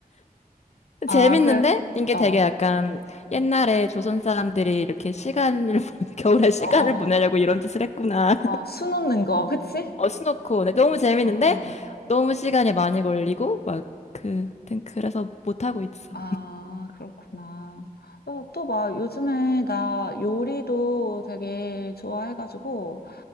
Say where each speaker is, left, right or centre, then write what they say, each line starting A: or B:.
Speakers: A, on the left; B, on the left.
A: 아,
B: 재밌는데
A: 그,
B: 이게
A: 어,
B: 되게
A: 어,
B: 약간 옛날에 조선 사람들이 이렇게 시간을 <laughs> 보내, 겨울에 시간을
A: 어, 어,
B: 보내려고 이런 짓을 했구나.
A: 어, 어, 수놓는 거, 그치?
B: 어, 스노코. 네, 너무 재밌는데
A: 어, 어.
B: 너무 시간이 많이 걸리고 막 그, 아무튼 그래서 못 하고 있어.
A: 아, 그렇구나. 또, 또 막, 요즘에 나 요리도 되게 좋아해가지고,